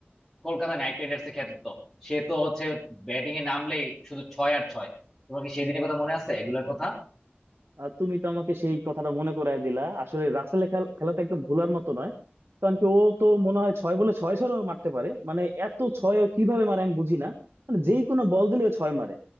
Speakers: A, in the centre; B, on the right (about 85°).
A: কলকাতা নাইট রাইডার্স এ খেলতো সে তো হচ্ছে ব্যাটিং এ নামলেই শুধু ছয় আর ছয় তোমার কি সেদিনের কথা মনে আছে এগুলোর কথা
B: আর তুমি তো আমাকে সেই কথাটা মনে করায় দিলা আসলে রাসেলের খেল- খেলা তো একদম ভুলার মতো নয় কারণ কি ও তো মনে হয় ছয় বলে ছয় ছয়ও মারতে পারে মানে এত ছয় ও কিভাবে মারে আমি বুঝি না মানে যেই কোনো বল দিলে ও ছয় মারে